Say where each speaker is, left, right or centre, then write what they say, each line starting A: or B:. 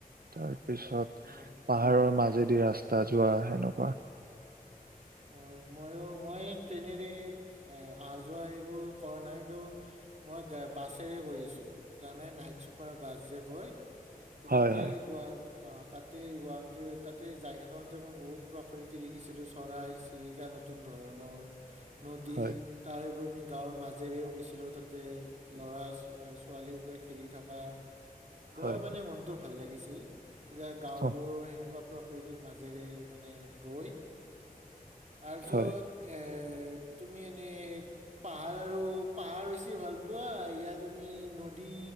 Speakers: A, on the right (about 75°); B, on the right (about 50°).
A: তাৰ পিছত
B: হয়
A: পাহাৰৰ মাজেদি ৰাস্তা তাজোৱা সেনেকুৱা
B: অ ময়ো মই ট্ৰেইনেৰে আহা যোৱা এইবোৰ কৰা নাই কিন্তু মই গা বাছেৰে কৰিছো জানাই নাইট চুপাৰ বাছ যে কয় ত
A: হয়
B: তাতে
A: হয়
B: গোৱা অ তাতে গুৱাহাটী তাতে যাই থাকোতে মই বহুত প্ৰকৃতি দেখিছিলো চৰাই চিৰিকা নতুন ধৰণৰ নদী
A: হয়
B: তাৰে পৰা আমি গাঁৱৰ মাজ জেৰেও গৈছিলো তাত তে ল'ৰা ছো ছোৱালীও খেলি থকা বৰ
A: হয়
B: মানে
A: হয়।
B: মনটো ভাল লাগিছিল এতিয়া গাঁও
A: অ'
B: বোৰৰ সেনেকুৱা প্ৰকৃতিৰ মাজেৰে মানে গৈ তাৰপিছত
A: হয়।
B: এ তুমি এনেই পাহাৰ আৰু পাহাৰ বেছি ভাল পোৱা ইয়া তুমি নদী,